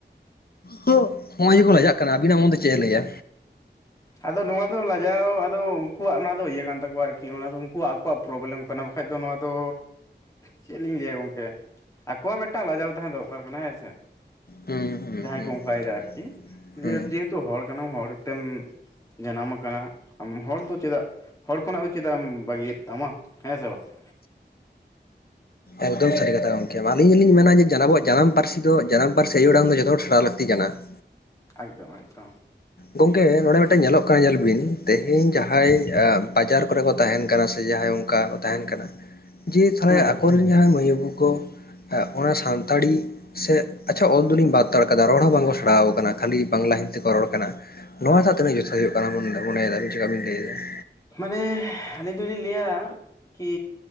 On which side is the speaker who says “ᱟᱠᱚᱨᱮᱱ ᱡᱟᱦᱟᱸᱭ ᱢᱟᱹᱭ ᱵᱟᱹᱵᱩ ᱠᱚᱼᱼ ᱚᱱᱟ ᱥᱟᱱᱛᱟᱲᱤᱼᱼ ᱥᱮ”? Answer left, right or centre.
Left